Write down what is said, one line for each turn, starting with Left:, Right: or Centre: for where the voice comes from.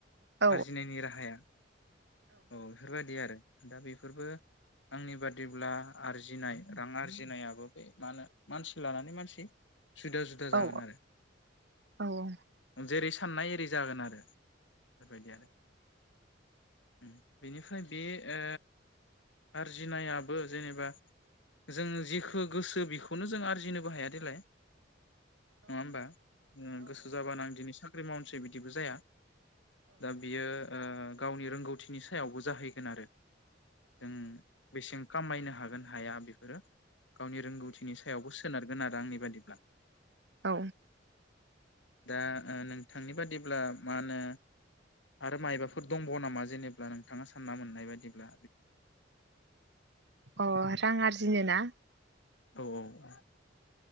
Right: औ
Left: आरजिनायनि राहाया औ बेफोरबायदि आरो दा बेफोरबो आंनि बादिब्ला आरजिनाय रां आरजिनायाबो मा होन मानसि लानानै मानसि जुदा जुदा जागोन
Right: औ
Left: आरो
Right: औ औ
Left: उम जेरै साननाय एरि जागोन आरो बेफोरबायदि आरो। उम बेनिफ्राय बे ओ आरजिनायाबो जेनेबा जों जेख गोसो बेखौनो जों आरजिनोबो हाया देलाय। नङा होमबा। ओंङो गोसो जाबानो आं दि साख्रि मावनोसै बिदिबो जाया। दा बियो ओ गावनि रोंगौथिनि सायावबो जाहैगोन आरो। जों बेसें। खामायनो हागोन हाया बेफोरो। गावनि रोंगौथिनि सायावबो सोनारगोन। गोनार आंनि बायिब्ला।
Right: औ
Left: दा नोंथांनि बादिब्ला मा होनो आरो मायबाफोर दंबावो नामा जेनेब्ला नोंथाङा सानना मोननाय बायदिब्ला।
Right: अ रां आरजिनो ना?
Left: औ-औ